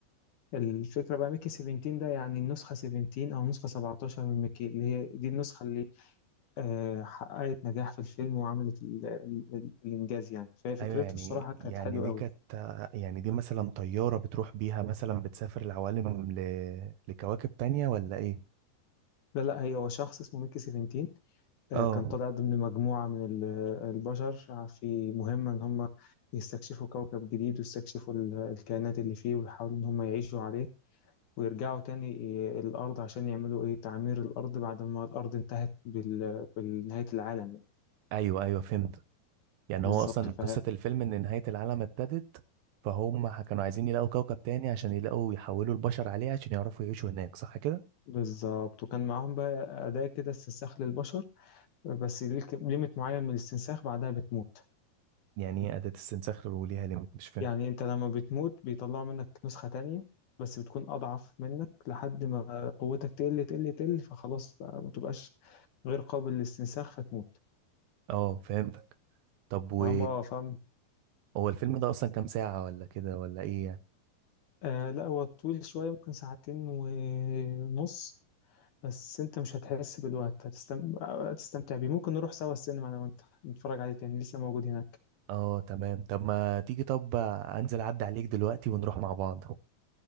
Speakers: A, on the left; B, on the right.
A: فالفكرة بقى ميكي 17 ده يعني النسخة 17 أو نسخة 17 من ميكي اللي هي دي النسخة اللي آه، حققت نجاح في الفيلم وعملت ال- ال- ال- الإنجاز يعني فهي فكرته
B: ايوه يعني
A: الصراحة
B: يعني
A: كانت حلوة
B: دي
A: قوي
B: كانت يعني دي مثلا طيارة بتروح بيها مثلا بتسافر العوالم ل... لكواكب تانية ولا ايه
A: لا لا هي هو شخص اسمه ميكي سيفنتين آه،
B: اه
A: كان طالع ضمن مجموعة من ال- البشر في مهمة إن هم يستكشفوا كوكب جديد ويستكشفوا ال- الكائنات اللي فيه ويحاولوا إن هم يعيشوا عليه ويرجعوا تاني ي- الأرض عشان يعملوا إيه تعمير الأرض بعد ما الأرض انتهت بال- بنهاية العالم يعني
B: ايوه ايوه فهمت يعني
A: بالظبط
B: هو اصلا
A: فه-
B: قصة الفيلم ان نهاية العالم ابتدت فهم ح- كانوا عايزين يلاقوا كوكب تاني عشان يلاقوا يحولوا البشر عليه عشان يعرفوا يعيشوا هناك صح كده
A: بالظبط وكان معاهم بقى أداة كده استنساخ للبشر بس ليك ليميت معين من الاستنساخ بعدها بتموت
B: يعني ايه أداة استنساخ وليها ليميت مش فاهم
A: يعني انت لما بتموت بيطلعوا منك نسخة تانية بس بتكون أضعف منك لحد ما قوتك تقل تقل تقل فخلاص بقى ما تبقاش غير قابل للاستنساخ فتموت
B: اه فهمتك طب و
A: فهم اه فاهم
B: هو الفيلم ده اصلا كام ساعة ولا كده ولا ايه يعني
A: آه لا هو طويل شوية ممكن ساعتين ونص بس انت مش هتحس بالوقت هتستم... هتستمتع بيه ممكن نروح سوا السينما انا وانت نتفرج عليه تاني لسه موجود هناك
B: اه تمام طب ما تيجي طب انزل اعدي عليك دلوقتي ونروح مع بعض